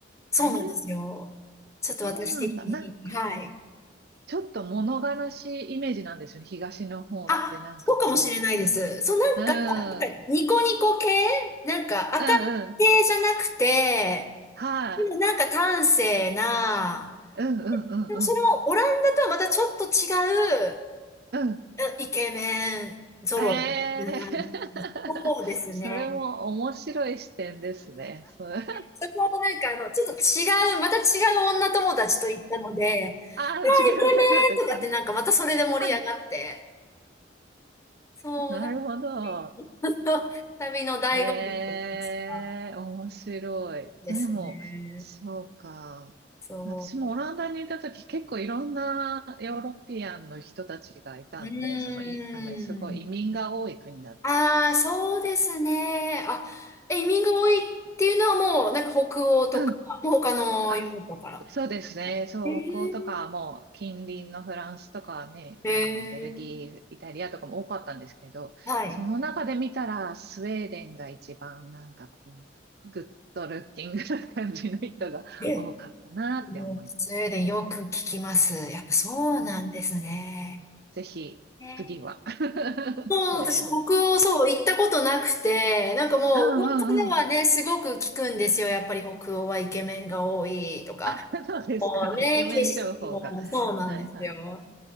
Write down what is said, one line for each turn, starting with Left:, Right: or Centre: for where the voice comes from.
Left: そうなんですよ。
Right: えー、
Left: ちょっと私的に。
Right: そうなんだ。なんか、
Left: はい。
Right: ちょっと物悲しいイメージなんですよね。東の方ってなんかこ
Left: あ、そうかもしれないです。そう、なんか、
Right: う、うん、
Left: なんかニコニコ系
Right: うん、
Left: なんか、明るい系じゃなくて、
Right: うん、はい、
Left: でもなんか端正な、
Right: うん、うん、うん、
Left: でもそれもオランダとはまたちょっと違う、
Right: うん、うん。
Left: えイケメン揃いだな。
Right: ええー、<laughs>
Left: そうですね。
Right: それも面白い視点ですね。それ
Left: そこもなんかあの、ちょっと違う、また違う女友達と行ったので、
Right: ああー、
Left: あイケ
Right: 違う方だった。
Left: メンとかってなんかまたそれで盛り上がって、
Right: あ
Left: そう、
Right: なるほど。
Left: なんか、旅の <laughs> 旅の醍醐味って言いますか。
Right: へえ、面白い。
Left: ですね。
Right: でも、そうか。
Left: そ
Right: 私もオランダにいた時結構いろんなヨーロピアンの人たちがいたんで、
Left: う。うーん。
Right: そのい、あの、すごい移民が多い国だっ
Left: ああ、そうですね。あ、移民が多いっていうのはもう、なんか北欧とか、
Right: た。
Left: もう他のヨーロッパから。
Right: あ、そうですね。そう、
Left: えー、
Right: 北欧とかもう近隣のフランスとかね、
Left: えー、
Right: あの、ベルギー、イタリアとかも多かったんですけど、
Left: はい。
Right: その中で見たらスウェーデンが一番なんかこう、グッドルッキングな感じの人が多かったなって思います。
Left: え、もう、スウェーデンよく聞きます。やっぱそうなんですね。
Right: うん、ぜひ、
Left: ね
Right: 次は。<laughs>
Left: もう私、
Right: スウェーデン。
Left: 北欧、そう、行ったことなくて、なんかもう、
Right: うんうんうん。
Left: 噂ではね、すごく聞くんですよ。やっぱり北欧はイケメンが多いとか、
Right: <laughs> そうですか。
Left: もうね、
Right: イケメン情報が。
Left: 景色もそうなんですよ。
Right: はいはい。